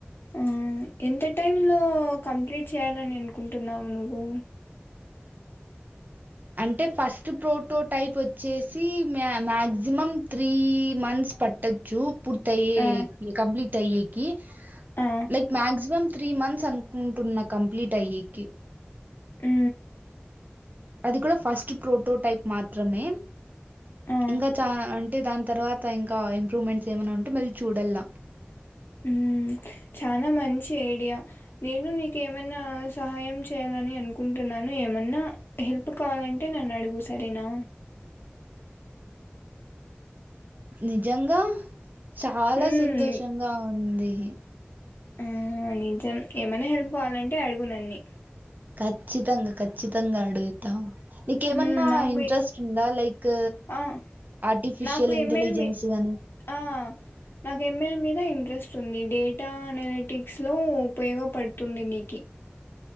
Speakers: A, on the left (about 65°); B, on the right (about 45°).
A: ఆ ఎంత టైమ్ లో కంప్లీట్ చేయాలని అనుకుంటున్నావు నువ్వు
B: అంటే ఫస్ట్ ప్రోటో టైప్ వ చేసి మ్యా మ్యాక్సిమం త్రీ మంత్స్ పట్టచ్చు పూర్తి అయ్యే
A: ఆ,
B: కంప్లీట్ అయ్యేకి
A: ఆ,
B: లైక్ మాక్సిమమ్ త్రీ మంత్స్ అనుకుంటున్నా కంప్లీట్ అయ్యేకి
A: ఉ
B: అది కూడా ఫస్ట్ ప్రోటో టైప్ మాత్రమే
A: ఆ,
B: ఇంకా చానా అన్ అంటే దాని తర్వాత ఇంకా ఇంప్రూవ్మెంట్స్ ఏమన్నా ఉంటే మళ్ళీ చూడల్ల
A: ఉ చానా మంచి ఐడియా నేను నీకు ఏమన్నా సహాయం చేయాలని అనుకుంటున్నాను ను ఏమన్నా హెల్ప్ కావాలంటే నన్ను అడుగు సరేనా
B: నిజంగా చాలా
A: హ్మ్.
B: సంతోషంగా ఉం ఉంది ఇహి
A: ఆ నిజం ఏమన్నా హెల్ప్ కావాలంటే అడుగునన్ని
B: కచ్చితంగా కన్ చ్చితంగా అడుగుత నీకేమన్నా
A: హ్మ్. నాకు
B: ఇంట్రెస్ట్
A: ఎ
B: ఉందా లైక్
A: ఆ!
B: ఆటి ఆఫిషియల్
A: నాకు
B: ఇంటెలిజెన్స్
A: ఎంఎల్ మీ
B: గాని
A: ఆ నాకు ఏం దా ఇంట్రెస్ట్ ఉంది డేటా అనాలిటిక్స్ లో ఉపయోగపడుతుంది నీకి